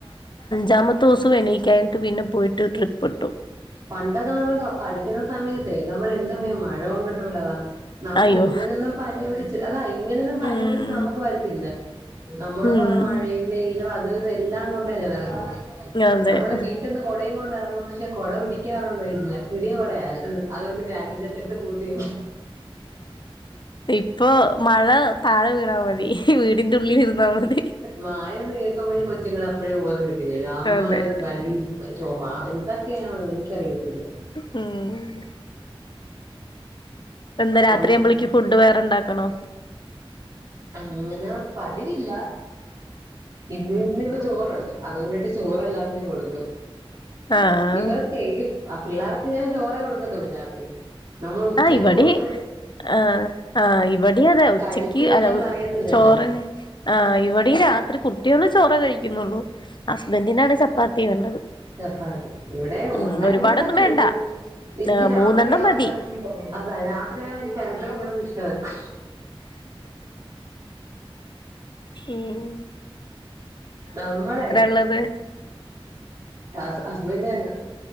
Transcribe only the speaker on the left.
രണ്ടാമത്തെ ദിവസം എണിക്കാനിട്ട് പിന്നെ പോയിട്ട് ട്രിപ്പ് ഇട്ടു
അയ്യോ
ഉം
ഉം
അതെ
ഇപ്പൊ മഴ താഴെ വീണാ മതി ഈ വീടിന്റെ ഉള്ളിൽ ഇരുന്നാ മതി
അതെ
ഉം എന്താ രാത്രിയാവുമ്പളേക്ക്
ഫുഡ് വേറെണ്ടാക്കണോ?
ആഹ്
ആഹ് ഇവിടെ
ആഹ് ആഹ് ഇവിടെയും അതെ ഉച്ചക്ക്
അല്ല
ചോറെന്നെ ആഹ് ഇവിടെയും രാത്രി കുട്ടികള് ചോറെ കഴിക്കുന്നുള്ളൂ ഹസ്ബൻഡിനാണ് ചപ്പാത്തി വേണ്ടത്
ഉം
ഒരുപാടൊന്നും
വേണ്ട
ആഹ്
മൂന്നെണ്ണം മതി
ഉം
ള്ളത്